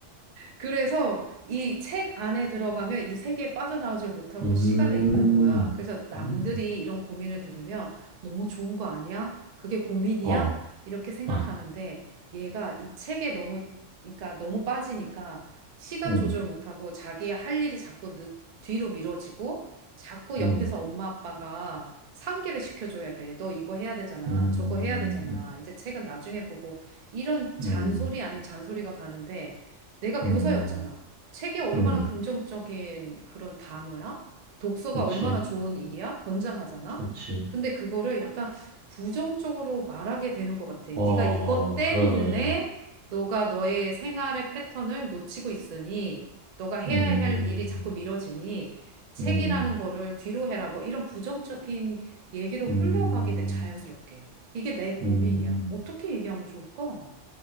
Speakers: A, on the right; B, on the right.
A: 그래서 이 책 안에 들어가면 이 세계에 빠져나오지 못하고
B: 음,
A: 시간을 잃는 거야. 그래서 남들이
B: 음,
A: 이런 고민을 들으면 너무 좋은 거 아니야? 그게 고민이야?
B: 어,
A: 이렇게 생각하는데
B: <laughs>
A: 얘가 이 책에 너무, 그러니까 너무 빠지니까 시간
B: 음,
A: 조절 못하고 자기 할 일이 자꾸 늦, 뒤로 미뤄지고 자꾸
B: 음,
A: 옆에서 엄마 아빠가 상기를 시켜줘야 돼. 너 이거 해야 되잖아.
B: 음,
A: 저거 해야 되잖아. 이제 책은 나중에 보고 이런 잔소리
B: 음, 음,
A: 아닌 잔소리가 가는데 내가
B: 음.
A: 교사였잖아. 책이 얼마나
B: 음,
A: 긍정적인 그런 단어야? 독서가
B: 그치,
A: 얼마나 좋은 일이야? 권장하잖아.
B: 그치.
A: 근데 그거를 약간 부정적으로 말하게 되는 것 같아. 네가
B: 어,
A: 이것 때문에
B: 그러네.
A: 너가 너의 생활의 패턴을 놓치고 있으니 너가 해야
B: 음,
A: 할 일이 자꾸 미뤄지니 책이라는
B: 음,
A: 거를 뒤로 해라. 뭐 이런 부정적인 얘기로 흘러가게
B: 음,
A: 돼, 자연스럽게. 이게 내 고민이야.
B: 음.
A: 어떻게 얘기하면 좋을까?